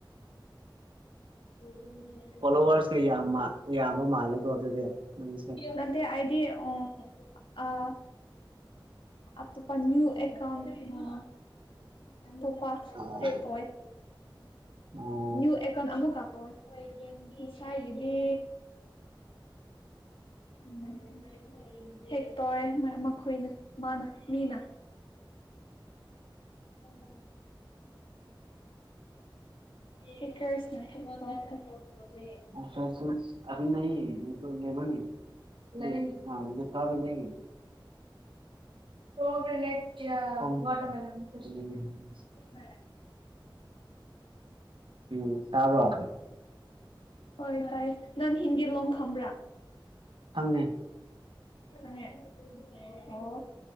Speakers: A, on the left (about 80°); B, on the right (about 70°).
A: ꯑꯣꯏꯔꯅꯤꯌꯦ꯫
B: ꯐꯣꯂꯣꯋꯔꯁꯀ ꯌꯥꯝꯃ ꯌꯥꯝꯕ ꯃꯥꯜꯂꯦꯀꯣ ꯑꯗꯨꯗꯤ ꯅꯪꯁꯦ
A: ꯅꯠꯇꯦ ꯑꯩꯗꯤ ꯎꯝ ꯑ ꯑꯇꯣꯞꯄ ꯅ꯭ꯌꯨ ꯑꯦꯀꯥꯎꯟ ꯑ ꯑꯇꯣꯞꯄ
B: ꯑꯥ
A: ꯀ꯭ꯔꯦꯠ ꯇꯧꯑꯦ
B: ꯑꯣ
A: ꯅ꯭ꯌꯨ ꯑꯦꯀꯟ ꯑꯃꯨꯛ ꯀꯥ ꯇꯧꯋꯦ ꯉꯁꯥꯏꯒꯤꯗꯤ <unintelligible> ꯍꯦꯛ ꯇꯧꯔꯦ ꯃꯈꯣꯏꯅ ꯃꯥꯅ ꯃꯤꯅ <inaudible> ꯑꯩ ꯀ꯭ꯔꯁꯅ ꯍꯦꯛ ꯇꯧꯈ꯭ꯔꯦ
B: <unintelligible> <unintelligible>
A: ꯃꯔ <inaudible>
B: ꯎꯝ ꯇꯥꯕ꯭ꯔꯣ
A: ꯍꯣꯏ ꯇꯥꯏ ꯅꯪꯟ ꯍꯤꯟꯗꯤ ꯂꯣꯟ ꯈꯝꯕ꯭ꯔꯥ
B: ꯈꯪꯉꯦ
A: ꯈꯪꯉꯦ ꯑꯣ